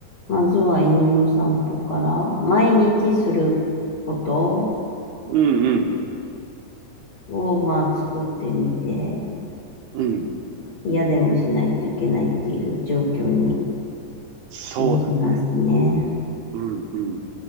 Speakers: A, on the left; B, on the right.
A: まずは犬の散歩から、毎日すること
B: うんうん。
A: を、まあ、作ってみて、
B: うん。
A: 嫌でもしないといけないっていう状況に
B: そうだね。
A: してみますね。
B: うんうん。